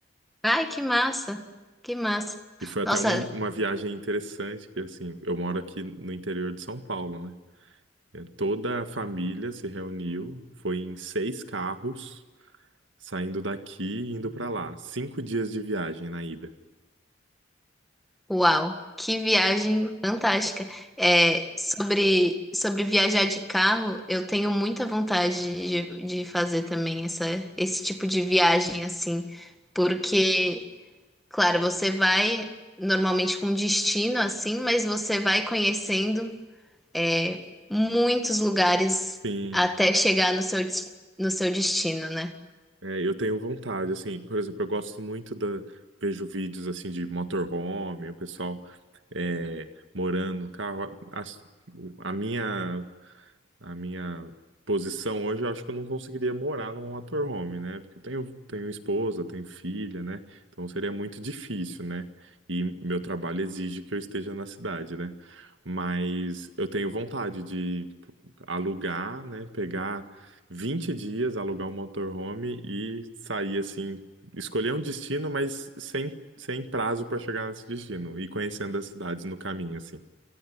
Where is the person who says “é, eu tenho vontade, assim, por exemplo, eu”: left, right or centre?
Right